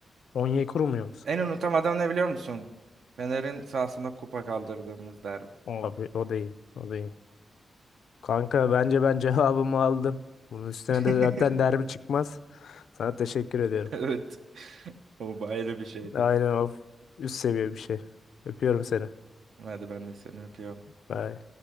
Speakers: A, on the left; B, on the right.
A: Onyekuru mu yoksa?
B: en unutamadığım ne biliyor musun? Fener'in sahasına kupa kaldırdığımız derbi.
A: Abi o da iyi. O da iyi. Kanka bence ben cevabımı aldım. Bunun üstüne
B: <laughs>
A: de zaten derbi çıkmaz. Sana teşekkür ediyorum.
B: Evet. O ayrı bir şeydi.
A: Aynen of. Üst seviye bir şey. Öpüyorum seni.
B: Hadi ben de seni öpüyorum.
A: Bye.